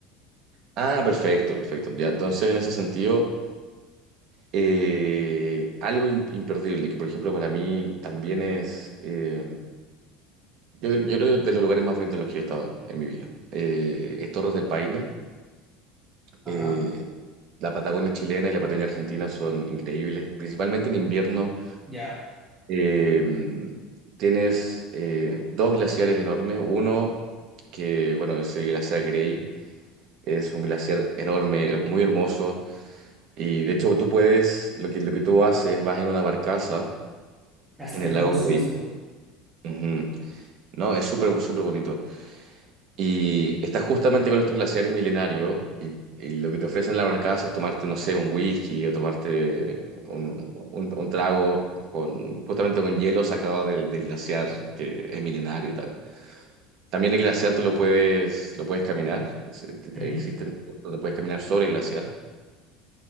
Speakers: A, on the right (about 40°); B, in the centre.
A: Ah, perfecto, perfecto. Ya, entonces, en ese sentido... Eh, algo in- imperdible, que por ejemplo para mí también es, eh, yo, yo creo que de los lugares más bonitos en los que yo he estado en mi vida, eh, es Torres del Paine.
B: Ajá.
A: eh, la Patagonia chilena y la Patagonia argentina son increíbles, principalmente en invierno.
B: Ya,
A: eh, tienes eh, dos glaciares enormes, uno que, bueno, es el glaciar Grey, es un glaciar enorme, muy hermoso, y de hecho tú puedes, lo que, lo que tú haces, vas en una barcaza
B: hasta
A: en el
B: hermoso
A: lago Grey.
B: esto.
A: Ujú. No, es súper, súper bonito. Y estás justamente con estos glaciares milenarios y, y lo que te ofrecen en la barcaza es tomarte, no sé, un whisky o tomarte un, un- un trago con, justamente con hielo sacado del, del glaciar que es milenario y tal. También el glaciar tú lo puedes, lo puedes caminar. Es-
B: Ujú,
A: Existen donde puedes caminar sobre el glaciar.